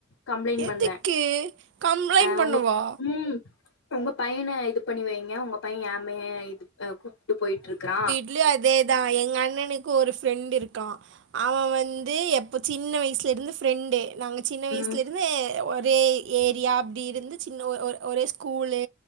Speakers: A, on the left (about 85°); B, on the right (about 60°).
A: கம்ப்ளேன்
B: எதுக்கு
A: பண்ண
B: கம்ப்ளைண்ட்
A: அ
B: பண்ணவா
A: உங்க ம் உங்க பையன இது பண்ணி வைங்க உங்க பைய ஏ பைய இது கூப்ட்டு போயிட்டுருக்குறா
B: இதுலியு அதேதா எங்க அண்ணனுக்கு ஒரு ஃபிரண்ட்டு இருக்கா அவன் வந்து எப் சின்ன வயசுல இருந்து ஃபிரெண்டு நாங்க சின்ன வயசுல
A: ம்
B: இப் இருந்து ஒரே ஏரியா அப்டி இருந்து சின்ன ஒ ஒரே ஸ்கூலு